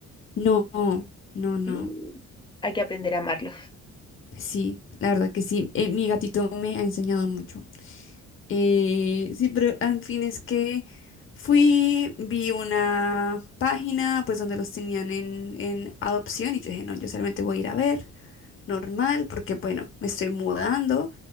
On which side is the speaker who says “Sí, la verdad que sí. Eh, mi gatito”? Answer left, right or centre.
Left